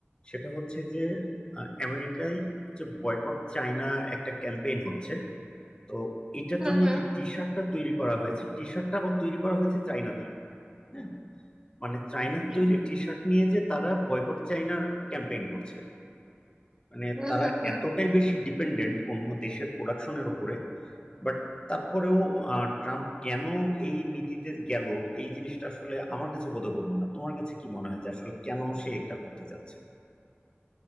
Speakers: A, on the left; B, on the right.
A: সেটা হচ্ছে যে আহ, আমেরিকায় হচ্ছে বয়কট চায়না একটা ক্যাম্পেইন হচ্ছে তো এটার
B: হুম
A: জন্য
B: হুম
A: যে টি শার্টটা তৈরি করা হয়েছে টি শার্টটা আবার তৈরি করা হয়েছে চায়নাতেই হ্যাঁ মানে চায়নার
B: হ্যাঁ,
A: তৈরি
B: হ্যাঁ।
A: টি শার্ট নিয়ে যে তারা বয়কট চায়নার ক্যাম্পেইন করছে মানে
B: হুম
A: তারা
B: হুম হুম
A: এতটাই বেশি ডিপেন্ডেন্ট অন্য দেশের প্রোডাকশনের উপরে বাট তারপরেও আহ, ট্রাম্প কেন এই নীতিতে গেল এই জিনিসটা আসলে আমার কাছে বোধগম্য না তোমার কাছে কি মনে হয় যে আসলে কেন সে এটা করতে চাচ্ছে